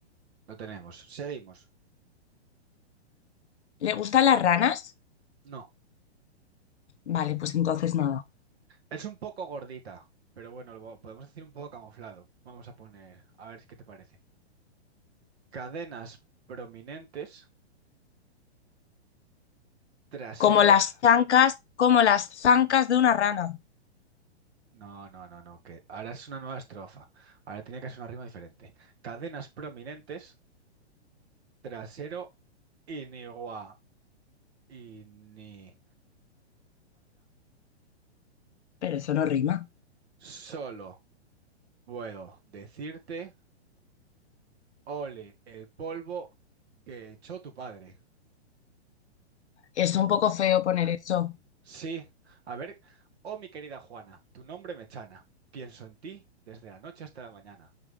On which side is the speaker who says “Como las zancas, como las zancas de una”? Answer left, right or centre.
Left